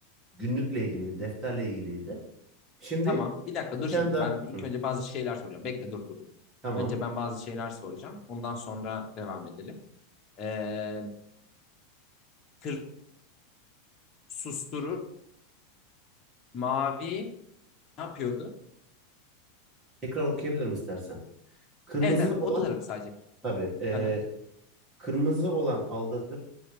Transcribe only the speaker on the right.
günlükle ilgili defterle ilgiliydi. Şimdi
bir
tane
daha.
Hı,
tamam.
Tekrar okuyabilirim istersen. Kırmızı
olan
tabii. e,
kırmızı olan aldatır.